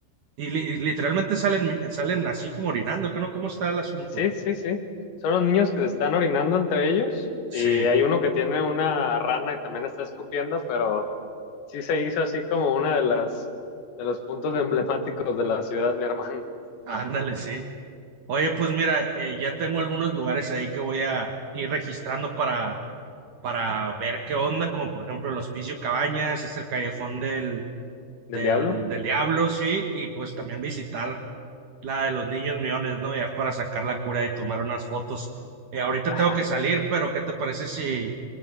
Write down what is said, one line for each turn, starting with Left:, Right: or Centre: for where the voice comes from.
Right: Y, li- literalmente salen, mi- salen así como orinando, ¿qué no? ¿Cómo está el asunto?
Left: Sí, sí, sí. Son los niños que se están orinando entre ellos
Right: Sí,
Left: y hay uno que tiene una rana que también está escupiendo, pero sí se hizo así como una de las de los puntos <laughs> emblemáticos de la ciudad, mi hermano,
Right: ándale, sí. Oye, pues mira, eh, ya tengo algunos lugares ahí que voy a ir registrando para para ver qué onda, como por ejemplo el Hospicio Cabañas, es el Callejón del,
Left: del
Right: del,
Left: diablo.
Right: del
Left: <laughs>
Right: Diablo, sí, y pues también visitar la de los niños millones, ¿no? Ya para sacar la cura y tomar unas fotos. Eh, ahorita
Left: Ajá.
Right: tengo que salir, pero ¿qué te parece si,